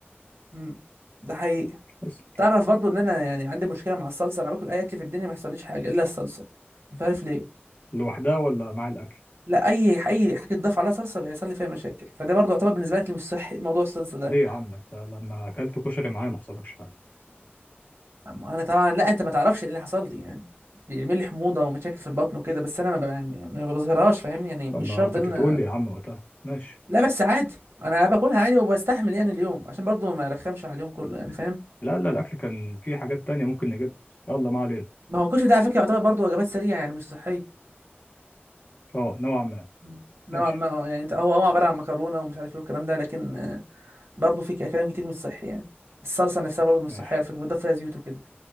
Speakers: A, on the right; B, on the left.
A: امم ده حقيقي
B: بس
A: تعرف برضو ان انا يعني عندي مشكله مع الصلصه انا باكل اي اكل في الدنيا ما يحصليش حاجه الا الصلصه مش عارف ليه
B: لوحدها ولا مع الاكل
A: لا اي اي حاجه تضاف عليها صلصه بيحصل لي فيها مشاكل فده برضو يعتبر بالنسبه لك مش صحي موضوع الصلصه ده
B: ليه يا عم انت لما اكلت كشري معايا ما حصلكش حاجه
A: أما انا طبعا لا انت ما تعرفش ايه اللي حصل لي يعني بيعمل لي حموضه ومشاكل في البطن وكده بس انا ما ب- يعني ما بظهرهاش فاهمني يعني مش
B: طب ما
A: شرط
B: كنت
A: ان
B: تقول لي
A: أنا-
B: يا عم وقتها ماشي
A: لا بس عادي انا باكلها عادي وبستحمل يعني اليوم عشان برضو ما ارخمش على اليوم كله يعني فاهم
B: لا لا الاكل كان في حاجات تانية ممكن نجيبها يلا ما علينا
A: ما هو الكشري ده على فكره يعتبر برضو وجبات سريعه يعني مش صحيه
B: اه نوعا ما
A: مم. نوعا
B: ماشي
A: ما آه، يعني انت هو هو عباره عن مكرونه ومش عارف ايه والكلام ده لكن آه، برضو في ك- كلام كتير مش صحي يعني الصلصه نفسها برضو مش
B: ماشي
A: صحيه على فكره بتضاف فيها زيوت وكده